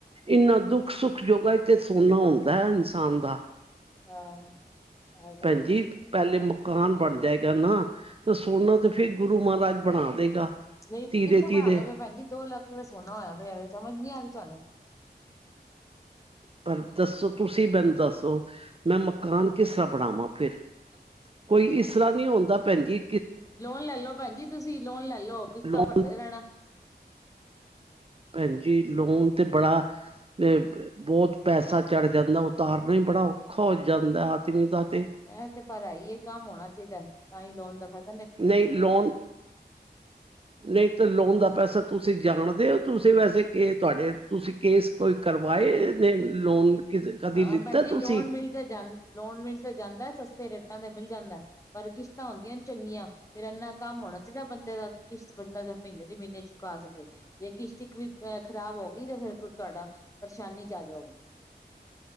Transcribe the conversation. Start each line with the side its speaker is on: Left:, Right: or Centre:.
Right: ਇੰਨਾ ਦੁੱਖ ਸੁੱਖ <unintelligible> ਦਾ ਇਨਸਾਨ ਦਾ
Left: ਹਾਂ ਇਹ ਤਾਂ
Right: ਭੈਨਜੀ
Left: ਹੈ ਹੀ ਹੈ।
Right: ਪੈਲੇ ਮੁ ਮਕਾਨ ਬਨ ਜਾਏਗਾ ਨਾ, ਤੇ ਸੋਨਾ ਤੇ ਫਿਰ ਗੁਰੂ ਮਾਰਾਜ ਬਣਾ ਦੇਗਾ
Left: ਨਈ ਕਿੱਥੋਂ
Right: ਧੀਰੇ
Left: ਬਣਾ
Right: ਧੀਰੇ
Left: ਲੋਗੇ ਭੈਨ ਜੀ? ਦੋ ਲੱਖ ਰਪੇ ਸੋਨਾ ਹੋਆ ਪੇਆ ਵੇ ਸਮਜ ਨੀ ਆ ਰੀ ਤੁਹਾਨੂ
Right: ਪਰ ਦੱਸੋ ਤੁਸੀਂ ਮੈਨ ਦੱਸੋ, ਮੈਂ ਮਕਾਨ ਕਿਸਰਾ ਬਣਾਵਾਂ ਫਿਰ? ਕੋਈ ਇਸਰਾ ਨਈ ਹੋਂਦਾ ਭੈਨਜੀ
Left: ਲੋਨ ਲੈਲੋ ਭੈਨ ਜੀ ਤੁਸੀਂ ਲੋਨ ਲੈਲੋ, ਕਿਸਤਾਂ
Right: ਲੋਨ
Left: ਭਰਦੇ ਰੈਣਾ <inaudible>
Right: ਭੈਨਜੀ ਲੋਨ ਤੇ ਬੜਾ ਅ ਬੋਤ ਪੈਸਾ ਚੜ ਜਾਂਦੈ, ਉਤਾਰਨਾ ਈ ਬੜਾ ਔਖਾ ਹੋ ਜਾਂਦੈ ਆਦਮੀ ਦਾ ਤੇ
Left: ਐ ਤੇ ਪਰ ਹੈਈ ਏ ਕੰਮ ਹੋਣਾ ਚੀਦੈ ਤਾਂ ਈ ਲੋਨ ਦਾ ਫੈਦਾ
Right: ਨਈ ਲੋਨ, ਨਈ ਤੋ ਲੋਨ ਦਾ ਪੈਸਾ ਤੁਸੀ ਜਾਣਦੇ ਓ ਤੁਸੀ ਵੈਸੇ ਕੇ ਕਰੈ, ਤੁਸੀ ਕੇਸ ਕੋਈ ਕਰਵਾਏ ਨੇ ਲੋਨ ਕਦੀ
Left: ਹਾਂ
Right: ਲਿੱਤਾ
Left: ਭੈਨਜੀ,
Right: ਤੁਸੀਂ
Left: ਲੋਣ-ਲੋਨ ਮਿਲ ਤੇ ਜਾਂ ਲੋਨ ਮਿਲ ਤੇ ਜਾਂਦੈ ਸਸਤੇ ਰੇਟ ਕਿਸ਼ਤਾਂ ਤੇ ਮਿਲ ਜਾਂਦੈ, ਪਰ ਕਿਸ਼ਤਾਂ ਹੁੰਦੀਆਂ ਨ ਚੰਗੀਆਂ ਫਿਰ ਏਨਾ ਕੰਮ ਹੋਣਾ ਚੀਈਦਾ ਬੰਦੇ ਦਾ, ਕਿ ਕਿਸ਼ਤ ਬੰਦਾ ਮ੍ਹੀਨੇ ਦੇ ਮ੍ਹੀਨੇ ਚੂਕਾ ਸਕੇ ਜੇ ਕਿਸ਼ਤ ਇੱਕ ਵੀ ਖ਼ਰਾਬ ਹੋ ਗਈ ਤੇ ਫੇਰ ਤੁਆਡਾ ਪਰਸ਼ਾਨੀ ਚ ਆ ਜਾਓਗੇ।